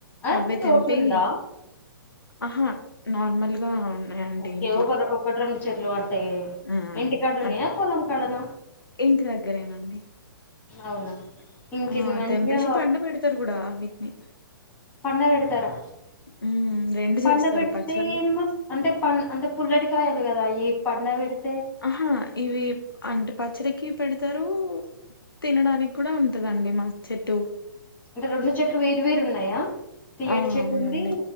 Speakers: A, on the left (about 15°); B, on the left (about 80°).
A: అంటే
B: అవే
A: తోట
B: తెంపి
A: ఉందా
B: ఆహా నార్మల్ గా ఉన్నాయండి
A: ఒకే
B: ఇంట్లో
A: ఒక ఒకట్ రెండు చెట్లు అంటే
B: ఆ
A: ఇంటికాడన్నుయా
B: అట్లా
A: పొలం కాడనా
B: ఇంటి దగ్గరేనాండి.
A: అవునా ఇంకేంది
B: ఆ
A: మంచిగా
B: తెంపేషి పండు పెడతారు కూడా అవిటిని
A: పండవెడ్తారా?
B: ఉమ్ రెండు
A: పండ
B: చేస్తారు
A: పెడితే
B: పచ్చళ్ళు
A: ఏమ్ స్ అంటే పం అంటే పుల్లడికాయలు కదా అ పండ పెడిత
B: ఆహా ఇవి అంట్ పచ్చడికి పెడతారు తినడానికి కూడా ఉంటదండి మా చెట్టు
A: అంటే రెండు చెట్లు వేరు వేరు ఉన్నాయా? తీయటి
B: ఆ
A: చెట్టు
B: అవునండి
A: ఉంది.